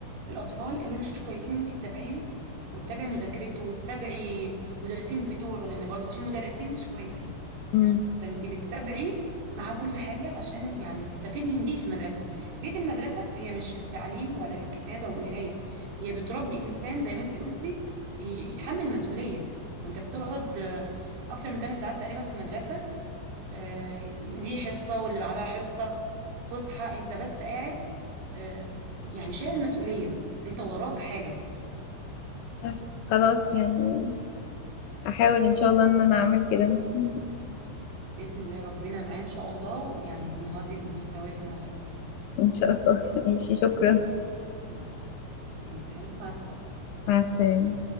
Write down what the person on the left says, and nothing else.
امم
صح خلاص يعني احاول ان شاء الله ان انا اعمل كده مم.
ان شاء الله <laughs> ماشي شكرا
مع السلامه